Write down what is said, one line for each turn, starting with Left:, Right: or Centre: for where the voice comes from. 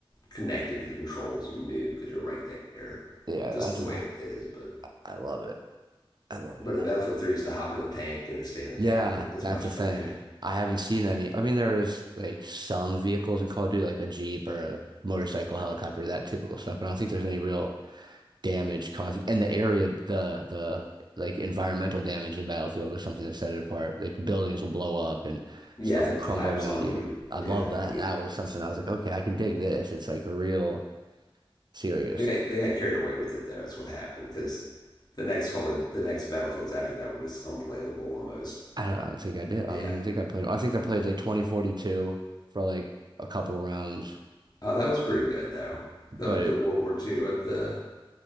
Left: connected to the controls when you move because you're right there,
Right: yeah.
Left: just
Right: I do.
Left: the way it is. But
Right: I love it. I love
Left: but
Right: it.
Left: in Battlefield 3, it's to hop in a tank and to stay in a
Right: Yeah,
Left: tank if, as
Right: that's
Left: much
Right: a
Left: as
Right: thing.
Left: I could.
Right: I haven't seen any. I mean, there is like some vehicles in Call of Duty, like a Jeep or a motorcycle, helicopter, that typical stuff. But I don't think there's any real damage causing and the area the the like environmental damage in Battlefield was something that set it apart. Like buildings will blow up and
Left: Yeah,
Right: stuff
Left: it
Right: will crumble
Left: collapse
Right: around
Left: on
Right: you.
Left: you.
Right: I
Left: Yeah,
Right: love that.
Left: you can get
Right: That was something I was like, okay, I can dig this. It's like a real serious.
Left: They got, they got carried away with it though, is what happened because the next call, the, the next battlefields after that were just unplayable almost.
Right: I don't, I don't think I did. I
Left: Yeah,
Right: don't even think I played. I think I played like 2042 for like a couple rounds,
Left: uh, that was pretty good though. The
Right: but
Left: the
Right: it,
Left: World War Two at the